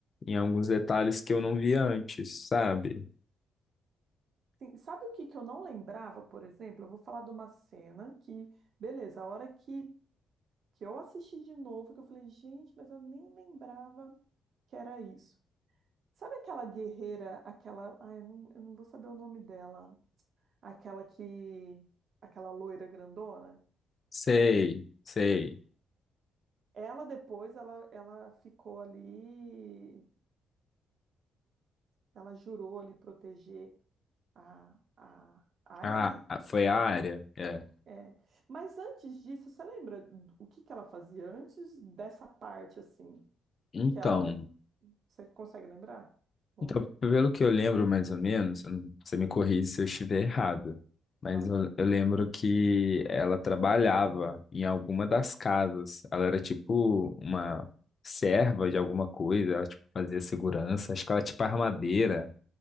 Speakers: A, on the left; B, on the right.
A: em alguns detalhes que eu não vi antes, sabe?
B: Sim, Sabe o que que eu não lembrava, por exemplo? Eu vou falar de uma cena que, beleza, a hora que, que eu assisti de novo, que eu falei, gente, mas eu nem lembrava que era isso. Sabe aquela guerreira, aquela. Ai, eu não, eu não vou saber o nome dela. Aquela que. Aquela loira grandona?
A: Sei, sei.
B: Ela depois, ela, ela ficou ali. Ela jurou ali proteger a, a área,
A: Ah,
B: né?
A: ah, foi a área? É.
B: É. Mas antes disso, você lembra do- o que que ela fazia antes dessa parte assim,
A: Então.
B: que ela, você consegue lembrar? Vamos
A: Então,
B: ver.
A: pelo que eu lembro, mais ou menos, eu não- você me corrige se eu estiver errado, mas
B: Tá bom.
A: eu, eu lembro que ela trabalhava em alguma das casas. Ela era tipo uma serva de alguma coisa, ela tipo, fazia segurança, acho que ela era tipo armadeira.